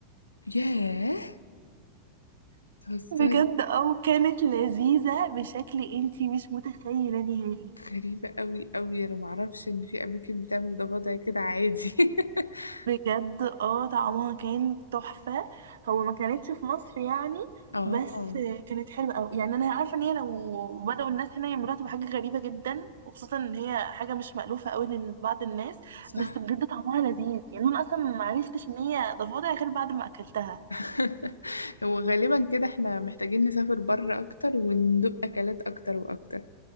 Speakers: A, on the left; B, on the right.
A: ياه بتهزري
B: بجد اه كانت لذيذه بشكل انتي مش متخيله نهائي
A: غريبة قوي قوي انا معرفش ان في اماكن بتعمل ده وضع كده عادي <laughs>
B: بجد اه طعمها كان تحفة هو ما كانتش في مصر يعني
A: اه
B: بس كانت حلوة أوي يعني أنا عارفة إن هي لو بدأوا الناس هنا يعملوها تبقى حاجة غريبة جدا وخصوصا إن هي حاجة مش مألوفة أوي لبعض الناس
A: صح
B: بس بجد طعمها لذيذ يعني أنا أصلا ما عرفتش إن هي ضفادع غير بعد ما أكلتها
A: <laughs> هو غالبا كده احنا محتاجين نسافر بره اكتر وندوق اكلات اكتر واكتر